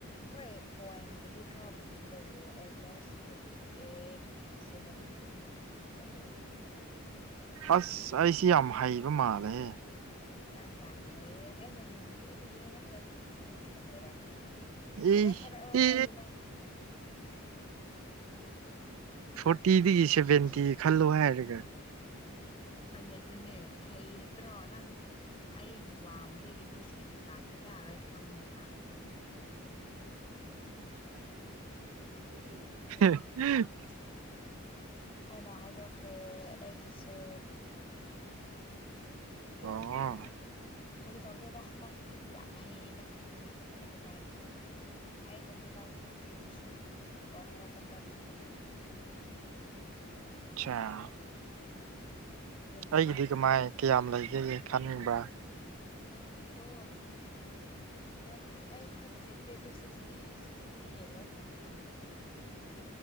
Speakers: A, on the left; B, on the right.
A: ꯍꯣꯏ ꯄꯡꯕꯨꯗꯤ ꯈꯔꯕꯨꯗꯤ ꯂꯩꯌꯦ ꯑꯣꯜꯃꯣꯁ ꯐꯤꯐꯇꯤ ꯑꯩꯠ ꯐꯤꯐꯇꯤ ꯁꯚꯦꯟꯒꯤ ꯑꯗꯨꯒꯤꯗ ꯂꯩꯌꯦ
B: ꯑꯁ ꯑꯩꯁꯤ ꯌꯥꯝ ꯍꯩꯕ ꯃꯥꯜꯂꯦꯍꯦ
A: ꯅꯪ ꯌꯥꯝ ꯍꯩꯔꯦ ꯑꯩꯅ ꯍꯤꯟ ꯄꯤꯕꯒꯤꯦ ꯅꯠꯇ꯭ꯔꯗꯤ ꯈꯪꯉ ꯈꯪꯉꯣꯏꯔ ꯅꯪ ꯗꯔ
B: ꯏ
A: ꯍꯥꯏꯔꯛꯑꯣ ꯍꯥꯏꯔꯤ
B: ꯏ
A: ꯅꯪ ꯑ
B: ꯐꯣꯔꯇꯤꯗꯒꯤ ꯁꯚꯦꯟꯇꯤ ꯈꯜꯂꯣ ꯍꯥꯏꯔꯒ
A: ꯍꯣꯏꯅꯦ ꯑꯗꯨꯅꯦ ꯍꯩ ꯅꯠꯇ꯭ꯔꯣ ꯅꯪ ꯑꯩꯒꯤ ꯋꯥꯡꯃꯗꯒꯤꯗꯤ ꯁꯤꯛꯁꯇꯤ ꯄ꯭ꯂꯥꯁꯇꯤ ꯀꯥꯔꯣꯏ ꯈꯥꯡꯈ꯭ꯔꯦꯅ ꯑꯗꯨꯒꯤꯅꯦꯕ
B: <unintelligible>
A: ꯑꯩꯅ ꯍꯥꯏꯗꯣꯛꯈ꯭ꯔꯦ ꯑꯩꯒꯤꯁꯨ
B: ꯑ
A: ꯐꯥꯒꯤ ꯇꯧꯕꯅꯦꯗ ꯅꯪ ꯌꯥꯝ ꯍꯩꯌꯦꯗ ꯃꯤ ꯑꯗꯨꯃꯥꯏꯅ ꯑꯩꯅꯗꯤ ꯅꯪ ꯐꯤꯐꯇꯤ ꯊ꯭ꯔꯤ ꯐꯤꯐꯇꯤ ꯐꯣꯔ ꯍꯥꯏꯔꯛꯀꯗ꯭ꯔꯥ ꯈꯟꯕꯅꯦ
B: ꯁꯥ
A: ꯑꯗꯨꯕꯨ
B: ꯑꯩꯒꯤꯗꯤ
A: ꯅꯪ
B: ꯀꯃꯥꯏ ꯀꯌꯥꯝ ꯂꯩꯒꯦ ꯈꯥꯅꯤꯡꯕ꯭ꯔꯥ
A: ꯅꯪꯤꯀꯣ ꯅꯪ ꯑꯩ ꯍꯥꯏꯕ ꯍꯩꯇꯦ ꯑꯗꯣ ꯁꯤꯛꯁꯇꯤ ꯁꯤꯛꯁꯇꯤ ꯍꯦꯜꯂꯣꯏ